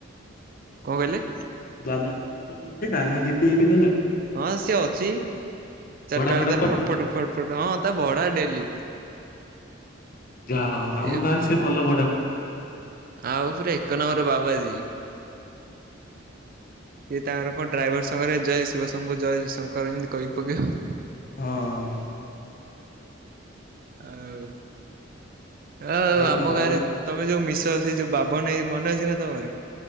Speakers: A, on the right (about 45°); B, on the left (about 45°).
A: କଣ କହିଲେ?
B: ବାବାଜୀ ଅଟ ଅଛି ଦାନା ବିକି ହେକି ଦେଲା।
A: ହଁ ସିଏ ଅଛି। ଚାରିଟା
B: ଭଡା ଫଡା
A: ବେଳେ ତାର
B: କରୁଛି
A: ଫଟ ଫଟ ଫଟ ଫଟ ହଁ ତା ଭଡା ଡେଲି
B: ଯା ହଉ
A: ସିଏ
B: ଆମ ଗାଁରେ ସେ ଭଲ ଭଡ଼ା
A: ଆଉ ପୁରା ଏକ ନମ୍ବର ବାବାଜି। ସିଏ ତାଙ୍କର କଣ ଡ୍ରାଇଭର ସାଙ୍ଗରେ ଜୟ ଶିବ ଶମ୍ଭୁ ଜୟ ଶଙ୍କର ଏମିତି କହି ପକେଇବ।
B: ହଁ।
A: ଆଉ ହ
B: ଯାହା
A: ଆମ
B: ହଉ ଆଉ
A: ଗାଁରେ ତମେ ଯୋଉ ମିଶ ସେ ଯୋଉ ବାବନ ଭାଇ ମନେ ଅଛି ନା ତମର?